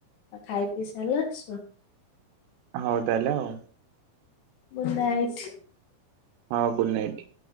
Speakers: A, on the left; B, on the right.
A: ଖାଇ ପିଇ ସାରିଲ ଶୁଅ।
B: ହଉ ତାହେଲେ ଆଉ।
A: Good night.
B: ହଁ ଗୁଡ଼୍ ନାଇଟ୍।